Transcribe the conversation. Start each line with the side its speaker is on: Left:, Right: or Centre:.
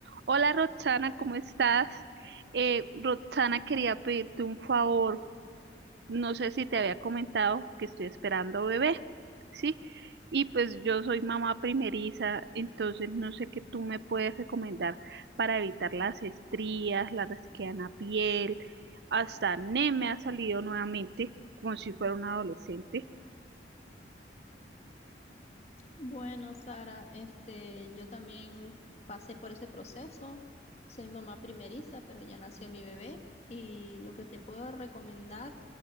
Right: Hola Roxana, ¿cómo estás? Eh, Roxana, quería pedirte un favor. No sé si te había comentado que estoy esperando bebé, ¿sí? Y pues yo soy mamá primeriza, entonces no sé qué tú me puedes recomendar para evitar las estrías, la resequedad piel, hasta acné me ha salido nuevamente, como si fuera un adolescente.
Left: Bueno, Sara, este, yo también pasé por ese proceso. Soy mamá primeriza, pero ya nació mi bebé. Y lo que te puedo recomendar,